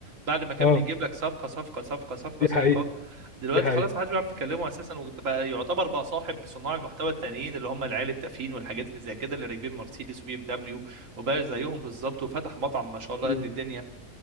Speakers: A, on the right; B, on the left.
A: بعد ما كان
B: اه
A: بيجيب لك صفقه صفقه صفقه صفقه
B: دي
A: صفقه
B: حقيقة
A: دلوقتي
B: دي حقيقة
A: خلاص ما حدش بيعرف يكلمه اساسا وبقى يعتبر بقى صاحب صناع المحتوى التانيين اللي هم العيال التافهين والحاجات اللي زي كده اللي راكبين مرسيدس وبي ام دبليو وبقى زيهم بالظبط وفتح مطعم ما شاء الله
B: مم.
A: قد الدنيا